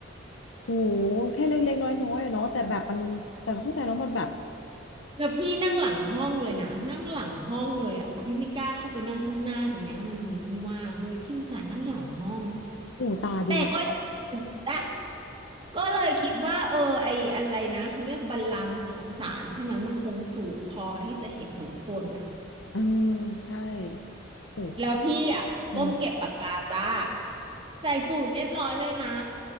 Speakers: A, on the left (about 70°); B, on the right (about 25°).
A: โอ้โหแค่เล็กๆน้อยๆอะเนาะแต่แบบมันแต่เข้าใจแล้วมันแบบ
B: แล้วพี่นั่งหลังห้องเลยนะนั่งหลังห้องเลยอ่ะเพราะพี่ไม่กล้าเข้าไปนั่งข้างหน้าถึงแม้ว่ามันจะมีที่ว่างเว้ยพี่อุตส่าห์นั่งหลังห้อง
A: หูตาดี
B: แต่ก็ยังจ้ะ ก็เลยคิดว่าเออไออะไรนะเขาเรียกบัลลังก์ของศาลใช่ไหมมันคงสูงพอที่จะเห็นทุกคนน่ะ
A: เออใช่ โอ้
B: แล้วพี่อ่ะก้มเก็บปากกาจ้า
A: อม
B: ใส่สูทเรียบร้อยเลยนะ